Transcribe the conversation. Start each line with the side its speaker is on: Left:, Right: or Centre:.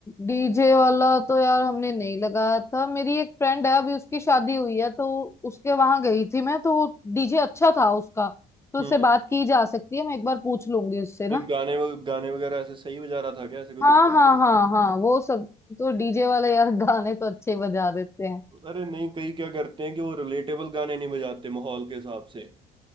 Left: डीजे वाला तो यार हमने नहीं लगाया था मेरी एक फ्रेंड है अभी उसकी शादी हुई है तो उसके वहां गई थी मैं तो डीजे अच्छा था उसका तो
Right: हम्म
Left: उससे बात की जा सकती है मैं एक बार पूछ लूंगी उससे
Right: नहीं
Left: ना
Right: गाने वग- गाने वगैरह ऐसे सही बजा रहा था क्या ऐसे कोई
Left: हाँ
Right: दिक्कत
Left: हाँ
Right: नहीं?
Left: हाँ हाँ वो सब तो डीजे वाले यार <laughs> गाने तो अच्छे ही बजा देते हैं
Right: अरे नहीं कई क्या करते हैं कि वो रिलेटेबल गाने नहीं बजाते माहौल के हिसाब से